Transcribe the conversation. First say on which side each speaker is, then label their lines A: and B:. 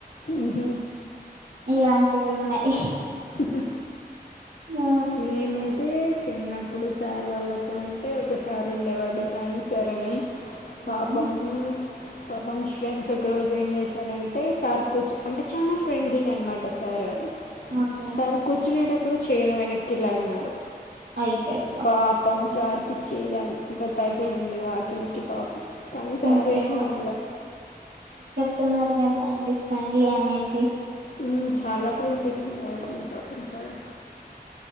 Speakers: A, on the left (about 65°); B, on the right (about 80°).
A: ఉహు
B: ఇలాంటివి ఉన్నాయి
A: హు
B: ఆ,
A: మేమైతే చిన్నప్పుడు సార్ వాళ్లతో ఉంటే ఒకసారి ఉండేవాడు సైన్స్ సార్ అని పాపం
B: అవును.
A: పాపం ఫ్రెండ్స్ ఒక రోజు ఏం చేశారంటే సార్ కూర్చో అంటే చాలా ఫ్రెండ్లీ అనమాట సార్
B: ఓకే
A: సార్ కూర్చునేటప్పుడు చైర్ వెనక్కిలాగిన్నారు
B: అయ్యయ్యో
A: పాపం సార్ పిచ్చే తాగ జింది వాక నకి పాపి కానీసారు
B: అయ్యో
A: ఏంమనలే
B: స్తున్నారు కదా అండి ఫ్రెండ్లీ అనేసి
A: ఉమ్ చాలా ఫ్రెండ్గా ఉంటాడండి పాపం సార్